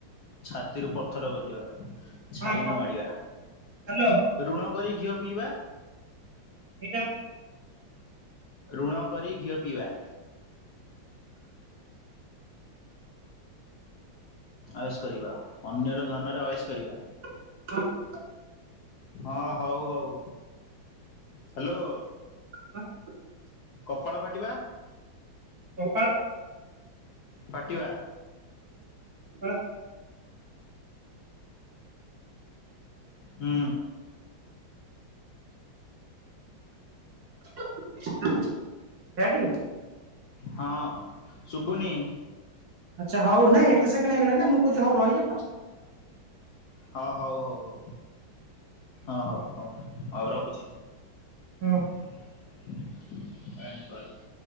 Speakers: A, on the left; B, on the right.
A: ଛାତିରୁ ପଥର କଟିବା। ଛାଇ
B: ହଁ
A: ନ ମାଡିବା,
B: ହ୍ୟାଲୋ
A: ଋଣ କରି ଘିଅ ପିଇବା।
B: ଏଇଟା।
A: ଋଣ କରି ଘିଅ ପିଇବା। ଅଏସ୍ କରିବା ଅନ୍ୟର ଧନରେ ଅଏସ୍ କରିବା।
B: <inaudible>
A: ହଁ ହଉ ହଉ ହାଲୋ।
B: <inaudible>
A: କପାଳ ଫାଟିବା।
B: କପାଳ।
A: ପାଟିବା।
B: ଆଁ।
A: ହୁଁ।
B: <unintelligible> ଡାଡି।
A: ହଁ ଶୁବୁନି।
B: ଆଚ୍ଛା ହଉ ନାଇ ଏତେ ସେକଣ୍ଡ୍ ହେଇ ଗଲା ନା ମୁଁ କହୁଛି ହଉ ରାହିଯା।
A: ହଁ ହଉ ହଉ ହଉ। ହଁ ହଉ ହଉ ହଉ ରଖୁଛି।
B: ହଁ।
A: <inaudible>